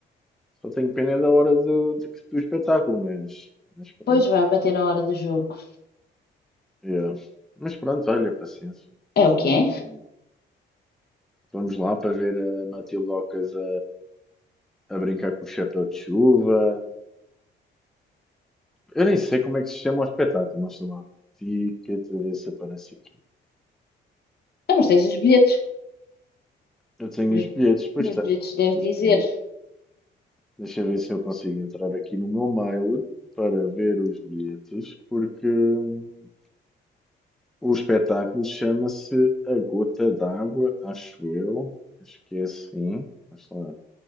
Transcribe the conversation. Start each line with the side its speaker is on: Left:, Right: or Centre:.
Centre: Só tenho pena é da hora do, do, do espetáculo, mas, mas pronto.
Left: Pois vai bater na hora do jogo.
Centre: Yeah. Mas pronto, olha, paciência.
Left: É o que
Centre: Hum,
Left: é?
Centre: vamos lá para ver a Matilde Ocas a, a brincar com o chapéu de chuva. Eu nem sei como é que se chama o espetáculo, mas sei lá. Ticket, a ver se aparece aqui.
Left: Ah, mas tens os bilhetes.
Centre: Eu tenho
Left: Nos,
Centre: os bilhetes, pois
Left: nos
Centre: tenho.
Left: bilhetes deve
Centre: Pois
Left: dizer
Centre: tenho. Deixa eu ver se eu consigo entrar aqui no meu mail para ver os bilhetes, porque hum, O espetáculo chama-se A Gota d'Água, acho eu. Acho que é assim. Vamos lá.